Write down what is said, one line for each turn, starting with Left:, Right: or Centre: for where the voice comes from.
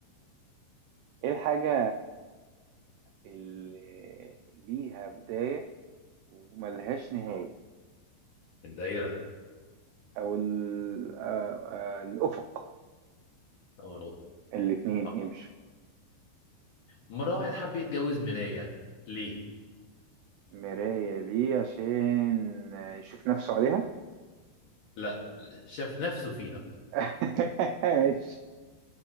Right: ايه الحاجة اللي ليها بداية وملهاش نهاية
Left: الدايرة
Right: او ال- آه، آه، الافق
Left: أو الأوضة
Right: الاتنين
Left: آه.
Right: يمشوا
Left: مرة واحد حب يتجوز مراية ليه؟
Right: مراية دي عشان يشوف نفسه عليها
Left: لا شاف نفسه فيها
Right: <laughs> ماشي